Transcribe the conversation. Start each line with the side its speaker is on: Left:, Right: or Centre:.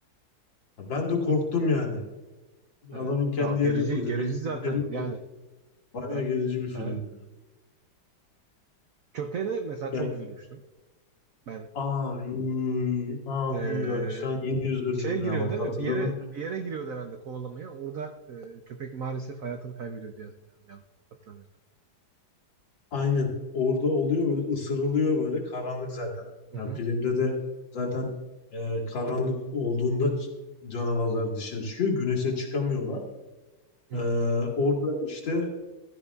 Left: Ya Ben de korktum yani.
Right: Evet.
Left: Adamın kendi
Right: Ya gerici
Left: yerine koydu.
Right: gerici
Left: Will
Right: zaten.
Left: Smith yerine koydu.
Right: Yani
Left: Bayağı
Right: evet.
Left: gerici bir film.
Right: evet.
Left: Yani.
Right: Köpeğine mesela çok
Left: Yani
Right: üzülmüştüm ben.
Left: abi, abi
Right: Ee, e,
Left: bak şu an yeni üzüldüm
Right: şeye giriyor
Left: ya bak
Right: değil
Left: hatırladım
Right: mi? Bir yere bir yere giriyordu herhalde kovalamaya. Orada e, köpek maalesef hayatını kaybediyor diye hatırlıyorum. Yanlış hatırlamıyorsam.
Left: Aynen. Orada oluyor böyle ısırılıyor böyle karanlık zaten.
Right: Hı
Left: Yani
Right: hı.
Left: filmde de zaten e, karanlık olduğunda ç- canavarlar dışarı çıkıyor. Güneşe çıkamıyorlar.
Right: Hı
Left: E,
Right: hı.
Left: orada işte